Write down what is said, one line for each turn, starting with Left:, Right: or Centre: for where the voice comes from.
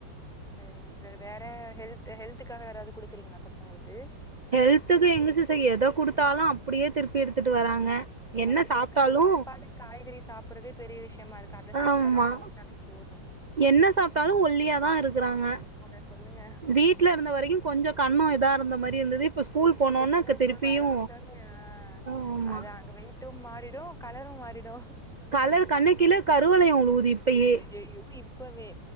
Centre: சரிங்க சிஸ்டர் வேற ஹெல்த் ஹெல்த்துக்காக வேறாவது கொடுக்குறீங்களா பசங்களுக்கு
Right: ஹெல்த்துக்கு எங்க சிசர் எத குடுத்தாலு அப்டியே திருப்பி எடுத்துட்டு வராங்க
Centre: நம்ம
Right: என்ன
Centre: குடுக்குற
Right: சாப்ட்டாலு
Centre: சாப்பாடு, காய்கறி சாப்பட்றதே பெரிய விஷயமா இருக்கு அத சாப்ட
Right: ஆமா
Centre: சாப்ட்டாலே போது
Right: என்ன சாப்டாலு ஒல்லியாதா இருக்கறாங்க
Centre: அத சொல்லுங்க.
Right: வீட் வீட்ல இருந்த வரைக்கு கொஞ்ச கன்னோ இதா இருந்த மாரி இருந்தது இப்ப ஸ்கூல் போனோன
Centre: இப்ப ஸ்கூல்
Right: க திருப்பியு
Centre: போக ஆரம்பிச்சோனே ஆ
Right: ஆமா
Centre: அது அங்க வெயில் டு மாறிடு கலரு மாறிடு
Right: கலர் கண்ணுக்கீழ கருவளையம் உழுவுது இப்பயே
Centre: ஐயோ இப்பவே